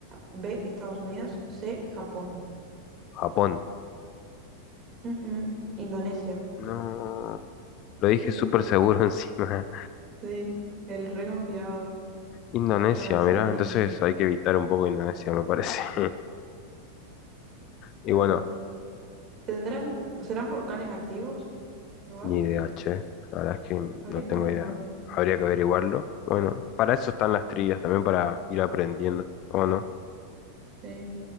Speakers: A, on the right; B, on the left.
A: B, Estados Unidos, C, Japón.
B: Japón.
A: Mm, mm, Indonesia.
B: No. Lo dije
A: <laughs>
B: súper seguro <laughs> encima.
A: Sí, el reconfiado.
B: Indonesia,
A: No, no es
B: mirá,
A: Indonesia.
B: entonces hay que evitar un poco Indonesia, me parece. <laughs> Y
A: Pero,
B: bueno,
A: ¿Tendrán, serán volcanes activos? Igual,
B: ni idea, che. La verdad es que no
A: habría que
B: tengo
A: averiguar.
B: idea. Habría que averiguarlo. Bueno, para eso están las trillas, también para ir aprendiendo. ¿O no?
A: Sí.